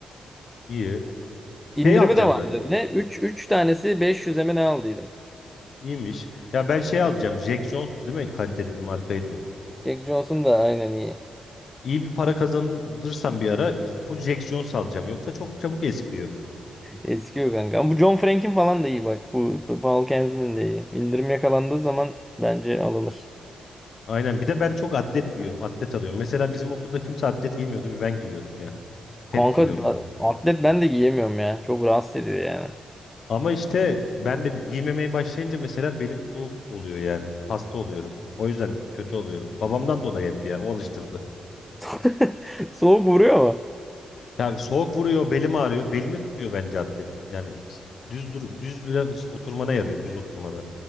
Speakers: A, on the left (about 65°); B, in the centre.
A: İyi. Şey
B: İndirimi
A: alacağım
B: de vardı.
A: ben.
B: Ne? üç üç tanesi 500'e mi ne aldıydım.
A: İyiymiş. Ya ben şey alacağım. Jack Jones'tu değil mi? Kaliteli bir markaydı o.
B: Jack Johnson da aynen iyi.
A: İyi bir para kazanırsam bir ara full Jack Jones alacağım. Yoksa çok çabuk eskiyor.
B: Eskiyor kanka. Ama bu John Frank'in falan da iyi bak. Bu, bu Paul Kensley'nin de iyi. İndirim yakalandığı zaman bence alınır.
A: Aynen. Bir de ben çok atlet giyiyorum. Atlet alıyorum. Mesela bizim okulda kimse atlet giymiyordu. Bir ben giyiyordum ya. Hep
B: Kanka
A: giyiyorum
B: da-
A: ben.
B: atlet ben de giyemiyorum ya. Çok rahatsız ediyor yani.
A: Ama işte ben de giymemeye başlayınca mesela belim soğuk oluyor yani. Hasta oluyorum. O yüzden kötü oluyorum. Babamdan dolayı hep ya. O alıştırdı.
B: <laughs> Soğuk vuruyor mu?
A: Yani soğuk vuruyor, belim ağrıyor. Belini tutuyor bence atlet. Yani s- düz dur, düz biraz oturmana yarıyor, düz oturmana.